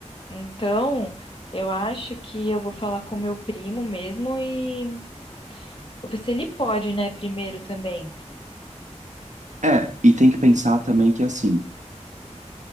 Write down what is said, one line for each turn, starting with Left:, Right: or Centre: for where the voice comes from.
Left: Então, eu acho que eu vou falar com meu primo mesmo e vou ver se ele pode, né, primeiro também.
Right: É, e tem que pensar também que assim.